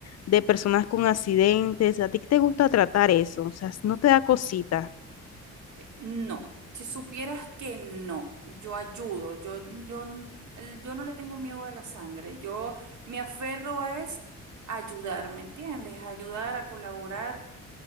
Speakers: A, on the left (about 55°); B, on the right (about 70°).
A: de personas con accidentes. ¿A ti qué te gusta tratar eso? O sea, no te da cosita.
B: No, si supieras que no, yo ayudo, yo, yo, n- el- yo no le tengo miedo a la sangre, yo me aferro es a ayudar, ¿me entiendes? A ayudar, a colaborar,